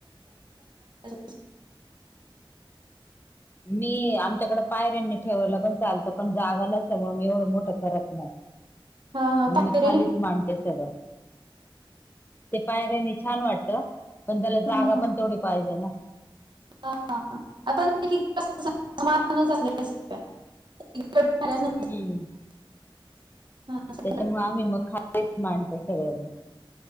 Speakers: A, on the right; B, on the left.
A: <unintelligible>
B: मी आमच्याकडे पायऱ्यांनी ठेवायला पण चालतं, पण जागा नसल्यामुळ मी एवढं मोठं करत नाही.
A: <inaudible>
B: मग
A: पायऱ्याने
B: मी खालीच मांडते सगळं. ते पायऱ्यानी छान वाटत, पण त्याला
A: हम्म
B: जागा पण तेवढी पाहिजे ना?
A: <unintelligible>
B: हम्म.
A: <unintelligible>
B: त्याच्यामुळे, आम्ही मग <unintelligible> मांडतो सगळ मग.